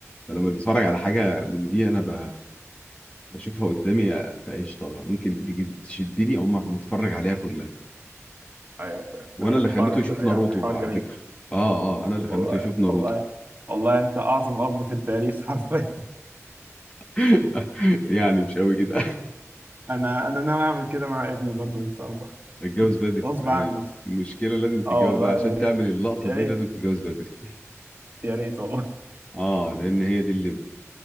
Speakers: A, on the left; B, on the right.
A: فلما بتفرج على حاجه من دي انا ب... بشوفها قدامي فايش طبعا ممكن تيجي تشدني او ما نتفرج عليها كلها
B: ايوه فاهم
A: وانا اللي
B: حوار
A: خليته يشوف ناروتو
B: يعني حوار
A: على
B: جميل
A: فكره اه اه انا اللي
B: طب
A: خليته
B: والله
A: يشوف ناروتو
B: والله والله انت اعظم اب في التاريخ حرفيا
A: <laughs> يعني مش قوي كده
B: انا انا ناوي اعمل كده مع ابني برضه ان شاء الله
A: <laughs> اتجوز بدري
B: غصب
A: ما
B: عنه
A: هي المشكله لازم تتجوز
B: اه والله
A: بقى عشان
B: يا ريت
A: تعمل اللقطه
B: يا
A: دي
B: ريت
A: لازم تتجوز بدري
B: يا ريت والله
A: اه لان هي دي اللي بت...